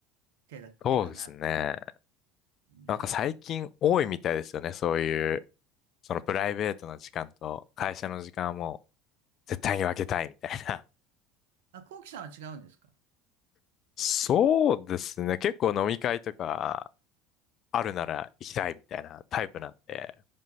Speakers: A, on the right (about 70°); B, on the left (about 45°).
A: 手だ、手かな。
B: そうですね。
A: ね。
B: なんか最近多いみたいですよね。そういう、そのプライベートの時間と会社の時間はもう絶対に分けたいみたいな。
A: あ、こうきさんは違うんですか
B: <laughs> そうですね。結構飲み会とかあるなら行きたいみたいなタイプなんで。